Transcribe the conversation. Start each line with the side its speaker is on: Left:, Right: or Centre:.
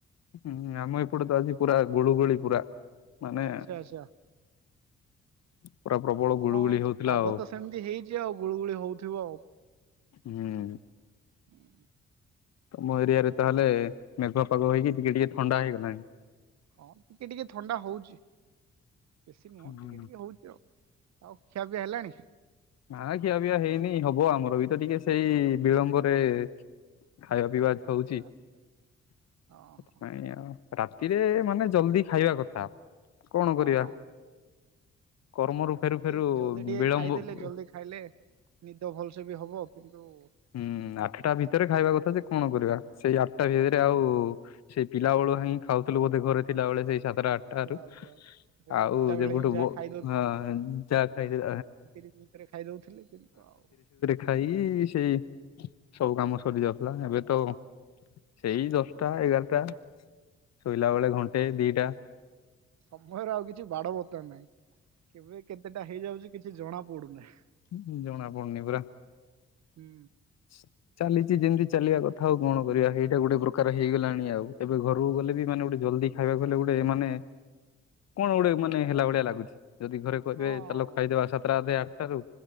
Left: ହୁଁ ଆମ ଏପଟେ ତ ଆଜି ପୁରା ଗୁଳୁଗୁଳି ପୁରା। ମାନେ
Right: ଆଚ୍ଛା ଆଚ୍ଛା।
Left: ପୁରା ପ୍ରବଳ
Right: ହଁ
Left: ଗୁଳୁଗୁଳି ହଉଥିଲା
Right: ପାଗ
Left: ଆଉ।
Right: ତ ସେମିତି ହେଇଛି, ଆଉ ଗୁଳୁଗୁଳି ହଉଥିବ ଆଉ
Left: ହୁଁ।
Right: ହୁଁ।
Left: ତମ ଏରିଆରେ ତାହେଲେ ମେଘ ପାଗ ହେଇକି, ଟିକେ ଟିକେ ଥଣ୍ଡା ହେଇଗଲାଣି।
Right: ହଁ ଟିକେ ଟିକେ ଥଣ୍ଡା ହଉଛି ବେଶୀ ନୁହଁ
Left: ହୁଁ
Right: ଟିକେ ଟିକେ ହଉଛି ଆଉ। ଆଉ ଖିଆପିଆ ହେଲାଣି।
Left: ନା ଖିଆ ପିଆ ହେଇନି ହବ ଆମର ବି ତ ଟିକେ ସେଇ ବିଳମ୍ବରେ ଖାଇବା ପିଇବା
Right: ଆଚ୍ଛା
Left: ହଉଚି ସେଥିପାଇଁ
Right: ଆଚ୍ଛା ହଁ
Left: ଆଉ ରାତିରେ ମାନେ ଜଲଦି ଖାଇବା କଥା, କଣ
Right: ହଁ
Left: କରିବା?
Right: ହଁ
Left: କର୍ମରୁ ଫେରୁ
Right: ଠିକ
Left: ଫେରୁ
Right: ଜଲଦି ଟିକେ
Left: ବିଳମ୍ବ
Right: ଖାଇଦେଲେ,
Left: ହୁଁ।
Right: ଜଲଦି ଖାଇଲେ ନିଦ ଭଲସେ ବି ହବ, କିନ୍ତୁ
Left: ହୁଁ ଆଠଟା ଭିତରେ ଖାଇବା କଥା ଯେ କଣ କରିବା ସେଇ ଆଠଟା ଭିତରେ ଆଉ ସେଇ ପିଲାବେଳୁ ହାଇଁ ଖାଉଥିଲ ବୋଧେ ଘରେ ଥିଲାବେଳେ ସେଇ ସାତଟା ଆଠ ଠାରୁ
Right: ଏଇ
Left: ଆଉ
Right: ପିଲା ବେଳେ
Left: ଯେବେଠୁ
Right: ହିଁ ଯାହା ଖାଇ
Left: ଯାହା ଖାଇଲେ।
Right: ରି ଭିତରେ ଖାଇ ଦଉଥିଲେ କିନ୍ତୁ ଆଉ
Left: ଖାଇ ସେଇ ସବୁ କାମ ସରି ଯାଉଥିଲା ଏବେ ତ ସେଇ ଦଶଟା ଏଗାରଟା ଶୋଇଲା ବେଳେ ଘଣ୍ଟେ ଦିଟା
Right: ସମୟରେ ଆଉ କିଛି ବାଡ ବତ୍ତା ନାହିଁ, କେବେ କେତେଟା ହେଇଯାଉଛି କିଛି ଜଣା ପଡୁନାହିଁ।
Left: ହଁ ଜଣା ପଡୁନି ପରା।
Right: ହୁଁ।
Left: <inaudible> ଚାଲିଛି ଯେମିତି ଚାଲିବା କଥା ଆଉ କଣ କରିବା ଏଇଟା ଗୋଟେ ପ୍ରକାର ହେଇଗଲାଣି ଆଉ ଏବେ ଘରକୁ ଗଲେ ବି ମାନେ ଗୋଟେ ଜଲ୍ଦି ଖାଇବାକୁ ହେଲେ ଗୋଟେ ମାନେ କଣ ଗୋଟେ ମାନେ ହେଲା ଭଳିଆ ଲାଗୁଛି ଯଦି ଘରେ କହିବେ
Right: ହଁ
Left: ଚାଲ ଖାଇଦବା ସାତଟା ଅଧେ ଆଠଟାରୁ।